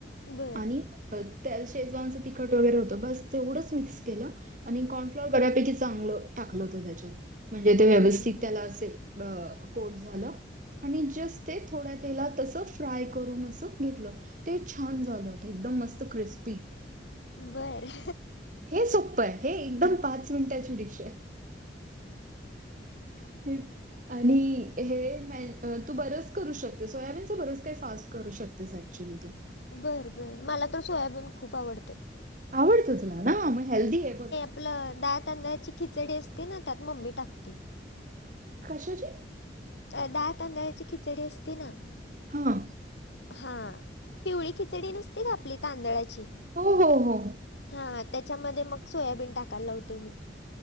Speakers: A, on the left; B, on the right.
A: बरं बरं
B: आणि अ त्या शेजवानचं तिखट वगैरे होतं, बस तेवढंच मिक्स केलं आणि कॉर्नफ्लॉवर बऱ्यापैकी चांगलं टाकलं होतं त्याच्यात, म्हणजे ते व्यवस्थित
A: बरं
B: त्याला असे अ कोट झालं. आणि जस्ट ते थोड्या तेलात अस फ्राय करून अस घेतलं. ते छान झालं होतं, एकदम मस्त क्रिस्पी.
A: बरं.
B: हे सोप्पं आहे, हे एकदम पाच मिनिटाची डिश हाय. <unintelligible> आणि हे म्या तू बरच करू शकतेस, सोयाबीनच बरच काय फास्ट करू शकतेस ऍक्च्युली तू.
A: बर बर मला तर सोयाबीन खूप आवडतंय.
B: आवडतं तुला ना मग हेल्दीये बघ.
A: आपलं डाळ तांदळाची खिचडी असते ना त्यात मम्मी टाकती.
B: कशाची?
A: अ -डाळ तांदळाची खिचडी असती ना.
B: हा.
A: हा पिवळी खिचडी नसते का आपली तांदळाची.
B: हो हो हो.
A: हा त्याच्यामध्ये मग सोयाबीन टाकाय लावते मी.